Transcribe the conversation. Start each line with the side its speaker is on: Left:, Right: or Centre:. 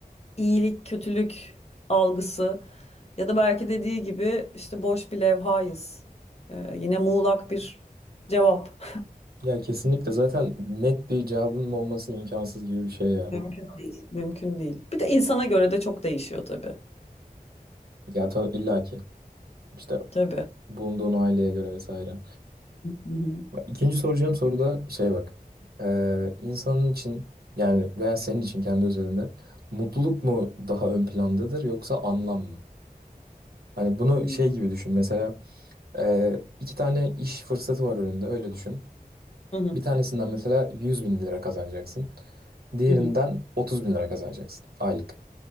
Left: iyilik, kötülük algısı ya da belki dediği gibi işte boş bir levhayız. Ee, yine muğlak bir cevap.
Right: Ya kesinlikle zaten net bir cevabının olması imkansız gibi bir şey
Left: <laughs>
Right: ya.
Left: Mümkün değil. Mümkün değil. Bir de insana göre de çok değişiyor tabii.
Right: Ya tabii illa ki. İşte
Left: Tabii.
Right: bulunduğun aileye göre vesaire.
Left: Hı hı.
Right: Bak, İkinci soracağım soru da şey bak. Ee, insanın için yani veya senin için kendi özelinde mutluluk mu daha ön plandadır yoksa anlam mı? Hani bunu
Left: Hı
Right: şey gibi düşün. Mesela ee, iki tane iş fırsatı var önünde öyle düşün.
Left: hı.
Right: Bir tanesinden mesela 100 bin lira kazanacaksın. Diğerinden
Left: Hı hı.
Right: 30 bin lira kazanacaksın aylık.